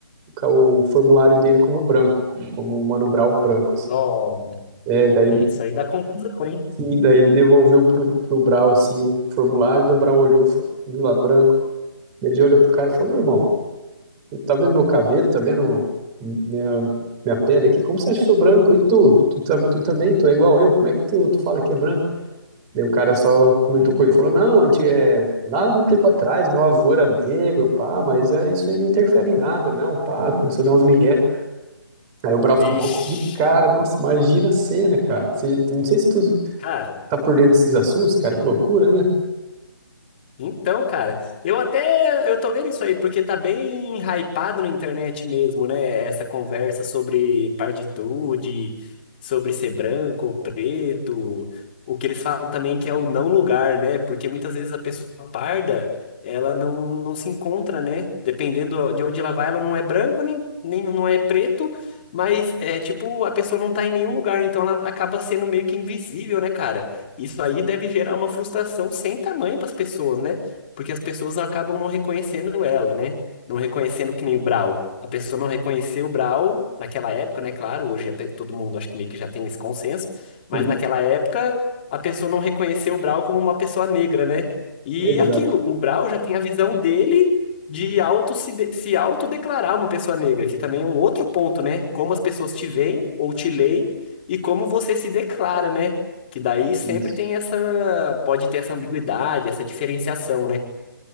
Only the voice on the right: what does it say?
o, ca- o formulário dele como branco, como o Mano Brown branco, assim.
É, daí,
sim, daí ele devolveu pro, pro Brau, assim, o formulário, daí o Brau olhou, e falou, viu lá, branco. Ele já olhou pro cara e falou: meu irmão, tá vendo meu cabelo? Tá vendo minha, minha pele aqui? Como você acha que eu sou branco? E tu? Tu, tá- tu também? Tu é igual eu? Como é que tu, tu fala que é branco? Daí o cara só comentou com ele, falou, não, antes, é, lá muito tempo atrás, meu avô era negro, pá, mas é, isso aí não interfere em nada, não, pá, começou a dar uns migué. Aí o Brau
ficou mal de cara, nossa, imagina a cena, cara. Você, não sei se tu
tá por dentro desses assuntos, cara, que loucura, né?
Sim,
exato.
Isso.